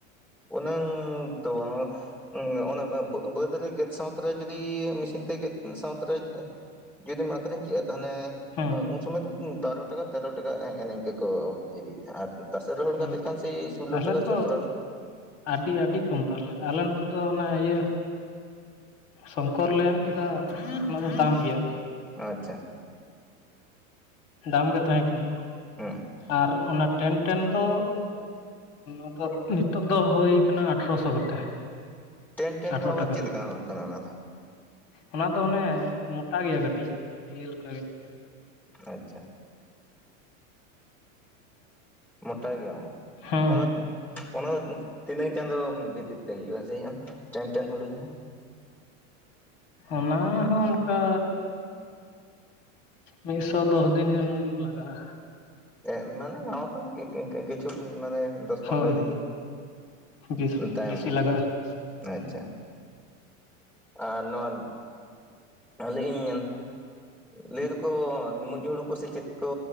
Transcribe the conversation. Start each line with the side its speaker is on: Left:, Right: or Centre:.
Centre: ᱩᱱᱟᱹᱝ ᱫᱚ ᱵᱟᱝ ᱚᱱᱟ ᱵᱟᱹ-ᱵᱟᱹᱫᱽ ᱨᱮ ᱜᱮᱫ ᱥᱟᱶᱛᱮ ᱨᱮ ᱡᱚᱫᱤ ᱢᱮᱥᱤᱱ ᱛᱮ ᱜᱮᱫ ᱥᱟᱶᱛᱮ ᱨᱮ ᱡᱩᱫᱤᱢ ᱟᱹᱠᱷᱨᱤᱧ ᱠᱮᱜ-ᱟ᱾ ᱛᱟᱦᱚᱞᱮ
Left: ᱦᱮᱸ
Centre: ᱩᱱ ᱥᱩᱢᱚᱭ ᱫᱚ ᱵᱟᱨᱚ ᱴᱟᱠᱟ ᱛᱮᱨᱚ ᱴᱟᱠᱟ ᱦᱮᱜ ᱱᱤᱝᱠᱟ ᱠᱚ ᱤᱫᱤᱜ ᱟᱨ ᱛᱟᱥᱮ ᱨᱚᱦᱚᱲ
Left: ᱦᱮᱸ
Centre: ᱠᱟᱛᱮᱜ ᱠᱷᱟᱱ ᱥᱮᱭ ᱥᱳᱞᱳ
Left: ᱛᱟᱦᱚᱞᱮ
Centre: ᱴᱟᱠᱟ
Left: ᱛᱚ
Centre: ᱥᱚᱛᱮᱨᱚ ᱴᱟᱠᱟ᱾
Left: ᱟᱹᱰᱤ ᱟᱹᱰᱤ ᱠᱚᱢ ᱛᱟᱞᱮ ᱟᱞᱮ ᱱᱚᱛᱮ ᱫᱚ ᱚᱱᱟ ᱤᱭᱟᱹ ᱥᱚᱝᱠᱚᱨ ᱞᱮ ᱮᱢ ᱠᱮᱫᱟ ᱚᱱᱟ ᱫᱚ ᱫᱟᱢ ᱜᱮᱭᱟ᱾
Centre: ᱟᱪᱪᱷᱟ,
Left: ᱫᱟᱢ ᱜᱮ ᱛᱟᱦᱮᱸᱠᱟᱱᱟ
Centre: ᱦᱩᱸ
Left: ᱟᱨ ᱚᱱᱟ ᱴᱮᱱᱴ- ᱴᱮᱱ ᱫᱚ ᱟᱫᱚ ᱱᱤᱛᱚᱜ ᱫᱚ ᱦᱩᱭ ᱟᱠᱟᱱᱟ ᱟᱴᱷᱨᱚ ᱥᱚ ᱠᱟᱛᱮ᱾
Centre: ᱴᱮᱱ-ᱴᱮᱱ
Left: ᱟᱴᱷᱨᱚ
Centre: ᱫᱚ ᱟᱵᱟᱨ
Left: ᱴᱟᱠᱟ
Centre: ᱪᱮᱫ ᱞᱮᱠᱟ ᱦᱩᱲᱩ ᱠᱟᱱᱟ ᱚᱱᱟ ᱫᱚ?
Left: ᱚᱱᱟ ᱫᱚ ᱚᱱᱮ ᱢᱚᱴᱟ ᱜᱮᱭᱟ ᱠᱟᱹᱴᱤᱡ ᱤᱭᱟᱹᱞᱮᱠᱟ ᱜᱮ᱾
Centre: ᱟᱪᱪᱷᱟ, ᱢᱳᱴᱟ ᱜᱮᱭᱟ
Left: ᱦᱮᱸ
Centre: ᱚᱱᱟ
Left: ᱦᱮᱸ
Centre: ᱚᱱᱟ ᱛᱤᱱᱟᱹᱝ ᱪᱟᱸᱫᱳ ᱵᱷᱤᱛᱤᱨ ᱛᱮ ᱦᱩᱭᱩᱜ-ᱟ ᱥᱮ ᱤᱧ ᱴᱮᱱ ᱴᱮᱱ ᱦᱩᱲᱩ ᱡᱟᱦᱟᱸ?
Left: ᱚᱱᱟ ᱦᱚᱸ ᱚᱱᱠᱟ ᱢᱤᱫ ᱥᱚ ᱫᱚᱥ ᱫᱤᱱ ᱜᱟᱱ ᱞᱟᱜᱟᱜ-ᱟ᱾
Centre: ᱮ ᱢᱟᱱᱮ ᱱᱟᱣᱟ ᱠᱷᱚᱱ ᱠᱤ ᱠᱤᱪᱷᱩ ᱢᱟᱱᱮ ᱫᱚᱥ ᱯᱚᱱᱨᱚ
Left: ᱦᱳᱭ
Centre: ᱫᱤᱱ
Left: ᱦᱳᱭ ᱵᱮᱥ
Centre: ᱛᱟᱭᱚᱢᱜ-ᱟ᱾
Left: ᱵᱮᱥᱤ ᱞᱟᱜᱟᱜᱼᱟ
Centre: ᱟᱪᱪᱷᱟ,
Left: ᱦᱮᱸ
Centre: ᱟᱨ ᱱᱚᱣᱟ ᱟᱹᱞᱮ ᱤᱧ ᱞᱟᱹᱭ ᱫᱚᱠᱚ ᱢᱩᱸᱡ ᱦᱩᱲᱩ ᱠᱚ ᱥᱮ ᱪᱮᱫ ᱠᱚ